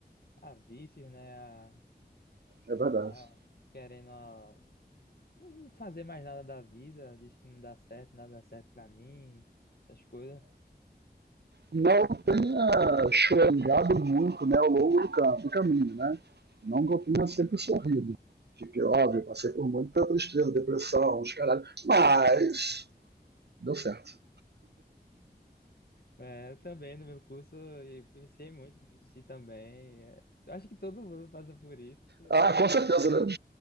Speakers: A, on the left; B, on the right.
A: a, a vícios, né, a,
B: é verdade.
A: a- querendo a- não fazer mais nada da vida. Diz que não dá certo, nada dá certo pra mim, essas coisas.
B: Não tenha choringado muito né, ao longo do, cam do caminho, né? Não que eu tenha sempre sorrido. Fiquei óbvio, passei por muita tristeza, depressão, os caralhos, Mas deu certo.
A: É, eu também, no meu curso, eu pensei muito em desistir também. É, eu acho que todo mundo passa por isso, sei
B: Ah,
A: lá.
B: com certeza, né?